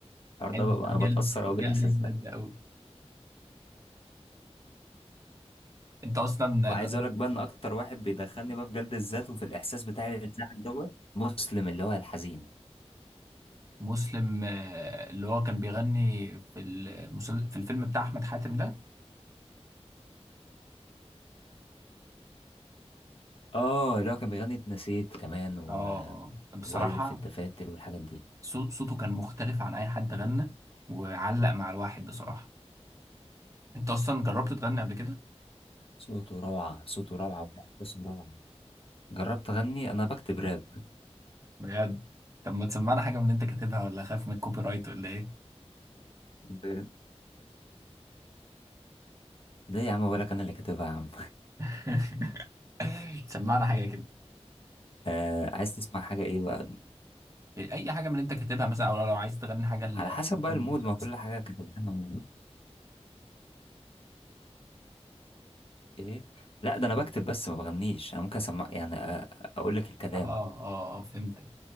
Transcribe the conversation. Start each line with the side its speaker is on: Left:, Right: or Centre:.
Left: الحوار ده
Right: حلو
Left: بقى
Right: ده
Left: انا
Right: جلد
Left: بتاثر
Right: جلد
Left: قوي بالاحساس
Right: الذات
Left: ده
Right: ده قوي انت اصلا
Left: وعايز
Right: جربت
Left: اقول لك بقى ان اكتر واحد بيدخلني بقى في جلد الذات وفي الاحساس بتاعي الزعل دوت مسلم اللي هو الحزين
Right: مسلم آه، اللي هو كان بيغني في المسل... في الفيلم بتاع احمد حاتم ده
Left: اه اللي هو كان بيغني اتنسيت كمان و...
Right: اه آه. بصراحه
Left: وألف في الدفاتر والحاجات دي
Right: صو- صوته كان مختلف عن اي حد غنى وعلق مع الواحد بصراحة انت اصلا جربت تغني قبل كده
Left: صوته روعة صوته روعة وإحساسه روعة جربت أغني أنا بكتب راب
Right: بجد طب ما تسمعنا حاجة من اللي انت كاتبها ولا خايف من الكوبي رايت ولا ايه
Left: ب- ليه يا عم ولا أنا اللي كاتبها يا عم
Right: <laughs> سمعنا حاجة كده
Left: <laughs> آه عايز تسمع حاجة إيه بقى
Right: اي حاجة من اللي انت كاتبها مثلا او لو عايز تغني حاجة ل-
Left: على حسب
Right: مروان
Left: بقى المود
Right: موسى
Left: ما
Right: مثلا
Left: كل حاجة كاتبها مود إيه لا ده أنا بكتب بس ما بغنيش أنا ممكن أسمع يعني آه، أقول لك الكلام
Right: اه اه اه فهمتك